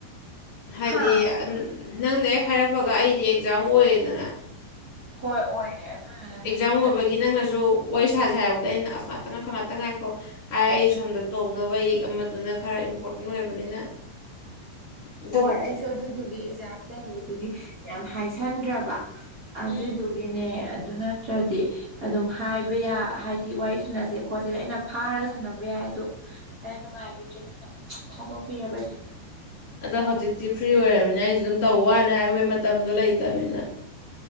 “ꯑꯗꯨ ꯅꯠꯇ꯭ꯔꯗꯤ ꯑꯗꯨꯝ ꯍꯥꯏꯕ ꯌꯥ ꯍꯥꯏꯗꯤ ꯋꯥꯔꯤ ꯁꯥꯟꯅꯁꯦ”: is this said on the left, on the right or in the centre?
Right